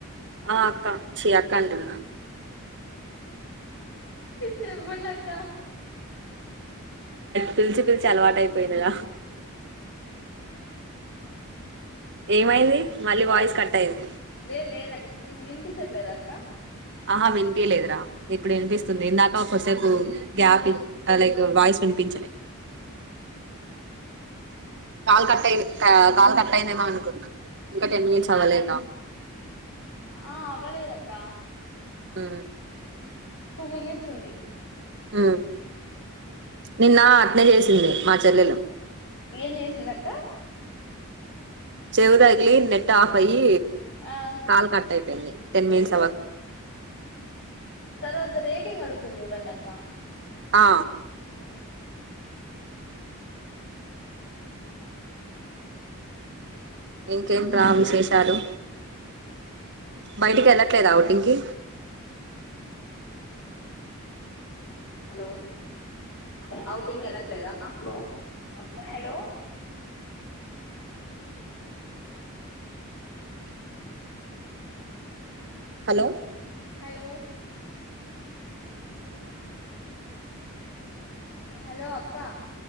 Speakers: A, on the right; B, on the left.
A: ఆ అక్క చీ అక్ అక్క అంటున్న
B: చెప్పండక్క
A: తెల్సి పిలిచి అలవాటు అయిపోయిందిగ ఏమయింది మళ్ళీ వాయిస్ కట్ అయింది
B: లేదు లేదక్క వినిపించట్లేద అక్క
A: ఆహా వినిపిలేదురా ఇప్పుడు వినిపిస్తుంది ఇందాక ఒకసేపు గ్యాప్ లైక్ వాయిస్ వినిపించలే కాల్ కటై కాల్ కట్ అయందేమో అనుకుంటన్నాం ఇంకా టెన్ మినిట్స్ అవ్వలేద
B: ఆ అవ్వలేదక్కా
A: ఊ
B: టూ మినిట్స్ ఉంది
A: హు నిన్న అట్నే చేసింది
B: అ
A: మా చెల్లెలు
B: నాస్న్నా ఎం చేసింది అక్క
A: చెవి తగిలి నెట్ ఆఫ్ అయి
B: ఆ
A: కాల్ కట్ అయిపోయింది టెన్ మినిట్స్
B: అయ్యో
A: అ్వ
B: తర్వాత రేటింగ్ అడు తంచూడండాక్క
A: ఆ
B: ఉమ్
A: ఇంకేమింట్రా విశేషాలు బయటికి వెళ్ళట్లేదు ఆవుటింగ్కి
B: హలో అఔటింగ్ వెళ్ళట్లేదా hello hello
A: hello
B: hello hello కా